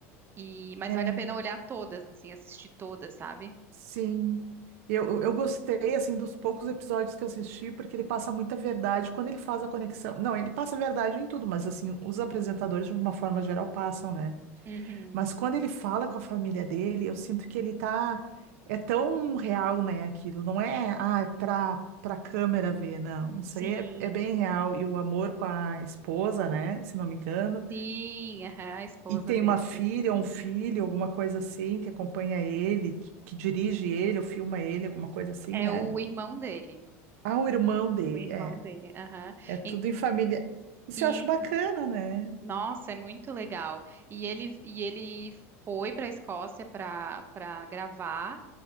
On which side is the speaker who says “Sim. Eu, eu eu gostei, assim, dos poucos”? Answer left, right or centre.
Right